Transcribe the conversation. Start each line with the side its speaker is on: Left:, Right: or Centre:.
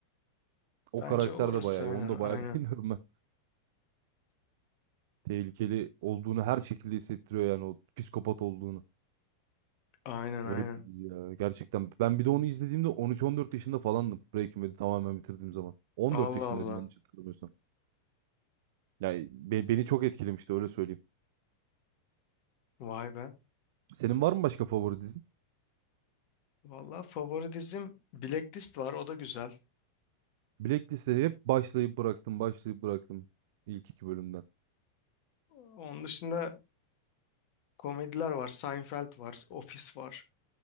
Right: O
Left: Bence
Right: karakter
Left: orası
Right: de bayağı
Left: aynen
Right: iyi. Onu da bayağı
Left: aynen.
Right: <laughs> beğeniyorum ben. Tehlikeli olduğunu her şekilde hissettiriyor yani o psikopat olduğunu.
Left: Aynen
Right: Garip
Left: aynen.
Right: bir dizi ya gerçekten. Ben bir de onu izlediğimde on 14 yaşında falandım Breaking Bad'i tamamen bitirdiğim zaman. On
Left: Allah
Right: dört yaşındaydım
Left: Allah.
Right: yanlış hatırlamıyorsam. Yani be- beni çok etkilemişti öyle söyleyeyim.
Left: Vay be.
Right: Senin var mı başka favori dizin?
Left: Valla favori dizim Blacklist var. O da güzel.
Right: Blacklist'e hep başlayıp bıraktım başlayıp bıraktım ilk iki bölümden.
Left: Onun dışında komediler var. Seinfeld var. Office var.